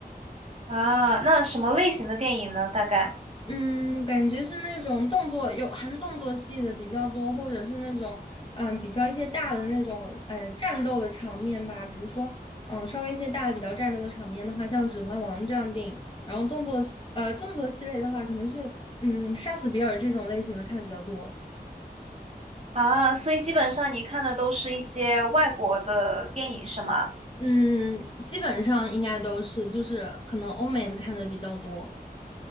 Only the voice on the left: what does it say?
嗯，感觉是那种动作有含动作戏的比较多，或者是那种嗯比较一些大的那种呃战斗的场面吧，比如说嗯稍微一些大的比较战斗的场面的话，像《指环王》这样的电影，然后动作戏呃动作系列的话，可能是嗯杀死比尔这种类型的看的比较多，
嗯基本上应该都是就是可能欧美的看的比较多。